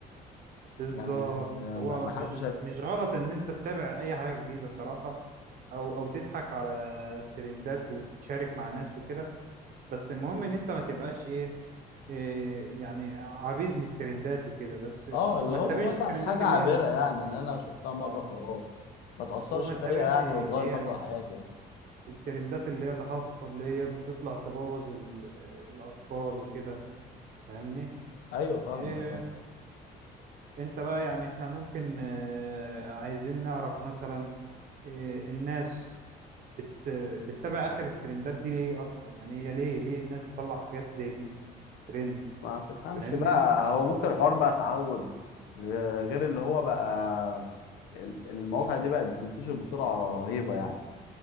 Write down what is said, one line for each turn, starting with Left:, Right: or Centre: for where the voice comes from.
Right: بالظبط
Left: يعني
Right: هو
Left: ما ما
Right: مش
Left: حدش هيف...
Right: مش غلط إن أنت تتابع أي حاجة جديدة صراحة أو أو تضحك على الترندات وتشارك مع ناس وكده بس المهم إن أنت ما تبقاش إيه إيه يعني عبيد للترندات وكده بس
Left: اه
Right: وما
Left: اللي هو
Right: تتابعش
Left: مثلا
Right: الترندات
Left: حاجه
Right: اللي
Left: عابره
Right: هي ال-
Left: يعني اللي انا شفتها مره
Right: اه
Left: خلاص ما تاثرش
Right: وما
Left: فيا
Right: تتابعش
Left: يعني
Right: اللي
Left: وتغير
Right: هي
Left: مجرى
Right: ال-
Left: حياتي يعني.
Right: الترندات اللي هي الهابطة اللي هي بتطلع تبوظ ال- الأطفال وكده فاهمني
Left: ايوه فاهمك
Right: إيه
Left: فاهم
Right: انت بقى يعني احنا ممكن آه، عايزين نعرف مثلا إيه الناس بت... بتتابع آخر الترندات دي ليه أصلا يعني هي ليه ليه الناس تطلع حاجات زي دي ترند
Left: ما تفهمش
Right: فاهمني
Left: بقى هو ممكن الحوار بقى اتعود غ- غير اللي هو بقى ال- المواقع دي بقت بتنتشر بسرعه رهيبه يعني